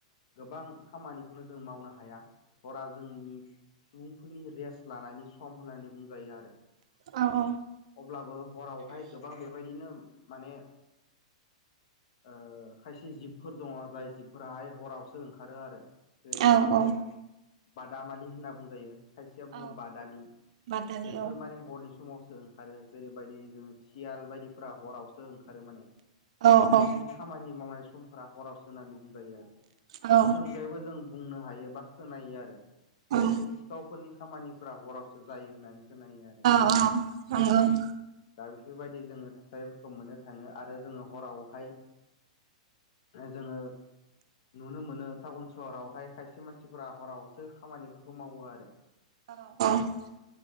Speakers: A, on the left; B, on the right.
A: गोबां खामानिखौनो जों मावनो हाया हरा जोंनि सुबुंफोरनि रेस्ट लानायनि सम होननानै बुंजायो आरो
B: औ औ
A: अब्लाबो हरावहाय गोबां बेबायदिनो माने ओ खायसे जिबफोर दङ जाय जिबफोराहाय हरावसो ओंखारो आरो। जेबायदि
B: औ औ
A: जोङो बादामालि होनना बुंजायो। खायसेया बुङो
B: औ
A: बादालि
B: बादालि
A: बेफोर
B: औ
A: माने हरनि समावसो ओंखारो जेरैबायदि जोङो सियाल बायदिफोरा हरावसो ओंखारो माने
B: औ
A: बैसोरनि
B: औ
A: खामानि मावनाय समफोरा हरावसो होननानै बुंजायो आरो
B: औ
A: बेनि अनगायैबो जों बुंनो हायो बा खोनायो आरो।
B: औ
A: खायसे सिखावफोरनि खामानिफोरा हरावसो जायो होननानै खोनायो आरो
B: अ ओं ओं
A: दा बेफोरबायदि जोंङो थासारिफोरखौ मोननो थाङो आरो जोंङो हरावहाय ओ जोंङो नुनो मोनो टाउन सहरावहाय खायसे मानसिफोरा हरावसो खामानिफोरखौ मावो आरो।
B: <unintelligible>